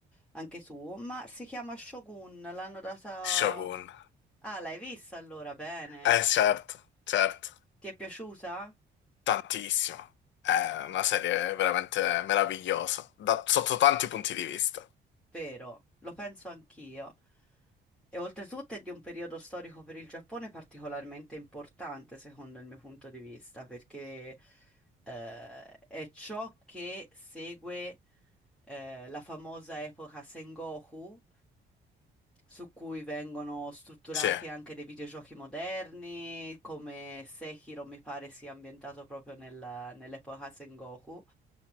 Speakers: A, in the centre; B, on the left.
A: anche tu, ma si chiama Shogun, l'hanno data...
B: Shogun.
A: Ah, l'hai vista allora, bene.
B: Eh certo, certo,
A: Ti è piaciuta?
B: tantissimo. È una serie veramente meravigliosa, da- sotto tanti punti di vista.
A: Vero, lo penso anch'io. E oltretutto è di un periodo storico per il Giappone particolarmente importante, secondo il mio punto di vista, perché eh, è ciò che segue eh, la famosa epoca Sengoku, su cui vengono strutturati
B: Sì,
A: anche dei videogiochi moderni, come Sekiro mi pare sia ambientato proprio nel- nell'epoca Sengoku,